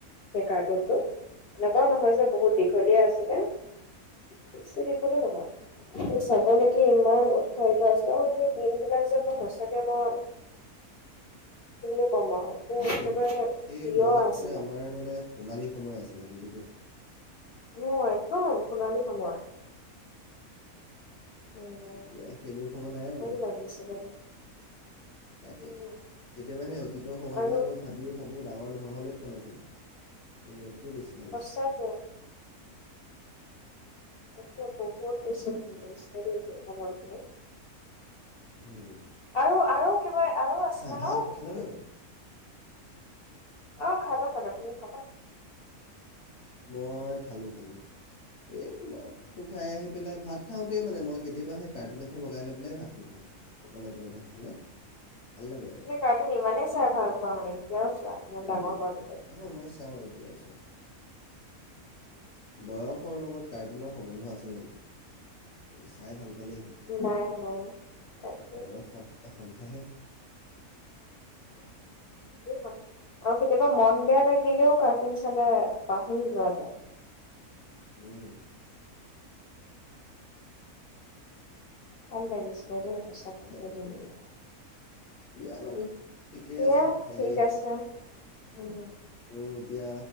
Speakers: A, on the left; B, on the left.
A: সেই কাৰ্টুনটো এনেকুৱাও নহয় যে, বহুত দীঘলীয়া আছিলে, বেছি দীঘলো নহয়। চাবলৈকে ইমান উৎসাহিত আছে আৰু সেই দিনবিলাক যে মই সঁচাকে মই একদম ক'ম আৰু মোৰ
B: তাকেও
A: একেবাৰে
B: সেই
A: প্ৰিয়
B: বয়সটোৱে
A: আছিলে।
B: আমাৰ মানে সোণালী সময় আছে <inaudible> বুজি পোৱা।
A: অ', একদম সোণালী সময়। উম
B: এতিয়া সেইবোৰ সময় নাই
A: ভাল
B: আৰু
A: লাগিছিলে দেই
B: তাকে,
A: উম
B: কেতিয়াবা সেই অতীতৰ সময়বিলাকক
A: আৰু
B: ভাবিয়ে ভাব <unintelligible> ডাঙৰ নোহোৱা হ'লেই ভাল আছিলে সেইবোৰ <inaudible> বেছি ভাল
A: সঁচাকে
B: আছিলে।
A: <inaudible> বহুত <unintelligible> <unintelligible>
B: হম।
A: আৰু আৰু কিবা আৰু আছিলে ন!
B: ভাত খালানে
A: সেই
B: নাই
A: অ', খালোঁ, খালোঁ তুমি খালা?
B: মই খালোঁ, খালোঁ এই তোমাৰ ভাতটো খাই আহি পেলাই ভাত খাওঁতেই মানে মই কেতিয়াবা সেই কাৰ্টুন এখন লগাই লৈ পেলাই ভাতটো খাওঁ অকলে, অকলে ভাত খালে। ভাল লাগে আৰু
A: তুমি কাৰ্টুন ইমানে চাই ভাল পোৱা মানে এতিয়াও চোৱা ইমান ডাঙৰ ঘৰত
B: অ মই চাওঁ এতিয়া বয়সৰ লগত কাৰ্টুনৰ সম্বন্ধ আছে জানো তুমি চাই ভাল পালেই হ'ল,
A: নাই নাই তাকে
B: বয়স মাত্ৰ সংখ্যাহে।
A: <inaudible> আৰু কেতিয়াবা মন বেয়া লাগিলেও কাৰ্টুন চালে পাহৰি যোৱা যায়
B: উম।
A: ভাল লাগিছিলে দেই সঁচাকে
B: তাকে
A: <unintelligible>
B: দিয়া বাৰু। ঠিকেই
A: দিয়া
B: আছে হেৰি
A: ঠিক আছে। উম।
B: মই এতিয়া